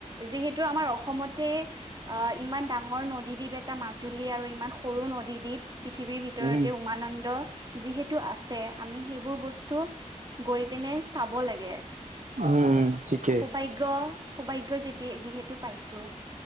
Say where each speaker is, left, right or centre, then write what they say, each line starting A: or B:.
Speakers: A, on the right; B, on the right.
A: যিহেতু আমাৰ অসমতে অ ইমান ডাঙৰ নদীদ্বীপ এটা মাজুলী আৰু ইমান সৰু নদীদ্বীপ পৃথিৱীৰ ভিতৰতে
B: উম
A: উমানন্দ যিহেতু আছে আমি সেইবোৰ বস্তু গৈ পিনে চাব লাগে
B: উম ঠিকে
A: সৌভাগ্য সৌভাগ্য যেতিয়া যিহেতু পাইছো